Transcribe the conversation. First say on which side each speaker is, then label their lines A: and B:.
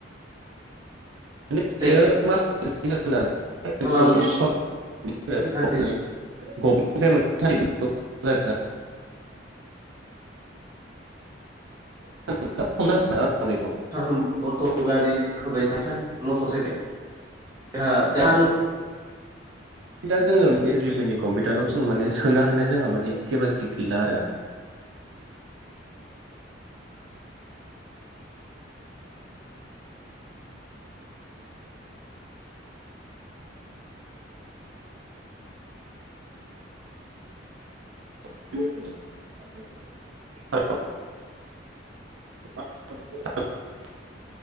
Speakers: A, on the right (about 75°); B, on the right (about 20°).
A: <unintelligible>
B: फैलाय खालामनो थाखाय
A: <unintelligible> <unintelligible>
B: सारफ्रोमबो अट' गारिाखोबाय थानो थाखाय मटर साइकेलहा <unintelligible>
A: दा जोङो एस बि फोरनि कम्पिउटाराव जों माने सोनो हानाय जोंहा माने केपासिटि गैला आरो। हेलौ <unintelligible>